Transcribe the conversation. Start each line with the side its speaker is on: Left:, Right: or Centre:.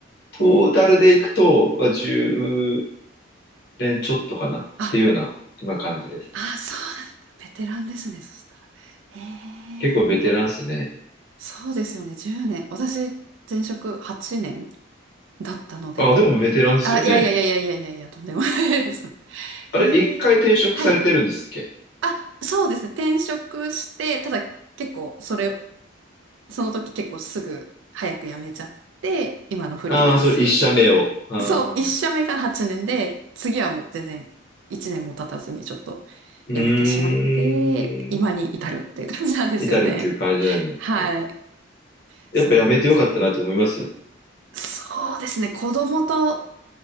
Left: トータルでいくと、
Right: え。
Left: まあ、10年ちょっとかなっていうような今感じです。
Right: ああ、そうなんだ。ベテランですね、そしたら。へ
Left: 結構ベテランっすね。
Right: え、そうですよね、10年。私、前職8年だったので。
Left: あ、でもベテランっすよね。
Right: あ、いやいやいやいやいやいやいや、とんでもないです。<laughs>
Left: あれ、
Right: へえ、
Left: 一回停職されてるんですっけ
Right: はい。あ、そうですね、転職して、ただ結構、それ、その時結構すぐ、早く辞めちゃって、今のフリーランス
Left: ああー、それ一社目を。あー
Right: そう、一社目が8年で、次はもう全然1年も経たずにちょっと辞めてしまって、
Left: うーん。
Right: 今に至るっていう感じなんですよね。
Left: 至るっていう感じなんで、
Right: はい。
Left: ね。
Right: そうなんです。
Left: やっぱやめてよかったなと思います。
Right: そうですね。子供と